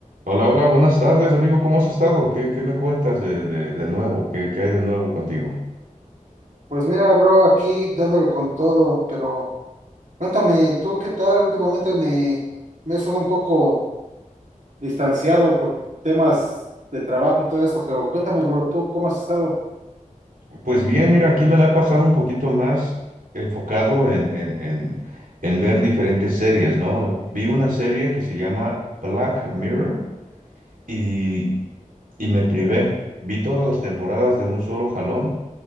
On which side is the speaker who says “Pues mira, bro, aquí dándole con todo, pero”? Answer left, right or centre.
Right